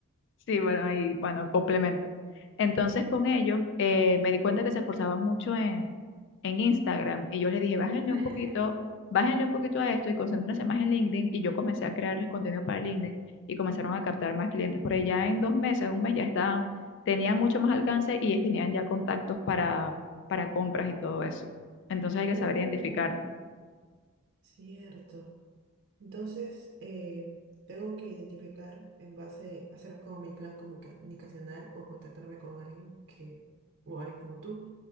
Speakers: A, on the left; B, on the right.
A: Sí, bueno, ahí, bueno, complemento. Entonces, con ellos eh, me di cuenta que se esforzaban mucho en, en Instagram y yo les dije, bájenle
B: <laughs>
A: un poquito, bájenle un poquito a esto y concéntrense más en LinkedIn y yo comencé a crearles contenido para LinkedIn y comenzaron a captar más clientes. Por ahí ya en dos meses, un mes ya estaban, tenían mucho más alcance y tenían ya contactos para, para compras y todo eso. Entonces hay que
B: Uy,
A: saber identificar.
B: cierto. Entonces, eh, tengo que identificar en base, hacer como mi plan comunicacional o contactarme con alguien que, o alguien como tú,